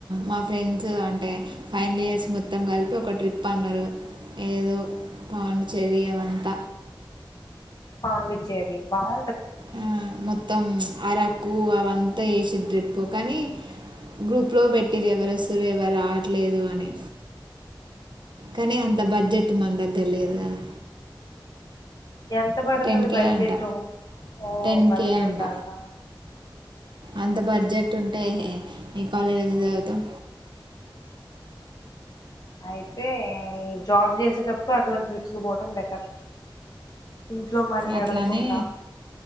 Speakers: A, on the right (about 65°); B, on the left (about 50°).
A: మా ఫ్రెండ్స్ అంటే అంటే ఫైవల్ ఇయర్స్ మొత్తం కలిపి ఒక ట్రిప్ అన్నారు ఏదో బగుంట చలియ ంత
B: పాండిచ్చేరి బాగు
A: ఆ మొత్తం అరకు అవంతా వేసి ట్రిప్ కానీ గ్రూప్ లో పెట్టిరు ఎవరు వసరు ఎవరు రావట్లేదు అని కానీ అంత బడ్జెట్ మన దగ్గర లేదు కదా
B: ఎంత పడుతది
A: టెన్ కే
B: బడ్జెట్
A: అంట
B: ఓ
A: టెన్
B: పదివేలు
A: కే అంట
B: దాకా
A: అంత బడ్జెట్ ఉంటే మీ కాలేజీ ఎందు చదువుతాం
B: అయితే ఈ జాబ్ చేసేటప్పుడు అటువంటి ట్రిప్స్ కి పోవడం బెటర్ ఇంట్లో మనీ
A: అట్లానే
B: అడగకుండా